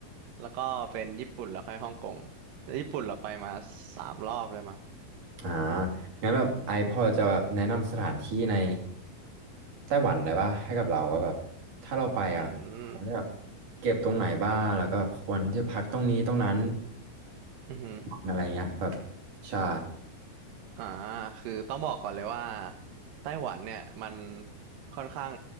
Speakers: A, on the right (about 75°); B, on the right (about 55°).
A: แล้วก็เป็นญี่ปุ่นแล้วค่อยฮ่องกงแล้วญี่ปุ่นเราไปมาสามรอบเลยมั้ง
B: อ่างั้นแบบไอพอจะแบบแนะนำสถานที่ในไต้หวันได้ป่ะให้กับเราว่าแบบถ้าเราไปอ่ะเขาจะแบบ
A: อืม
B: เก็บตรงไหนบ้างแล้วก็ควรที่พักตรงนี้ตรงนั้น
A: อือหือ
B: อะไรเงี้ยแบบใช่
A: อ่าคือต้องบอกก่อนเลยว่าไต้หวันเนี่ยมันค่อนข้าง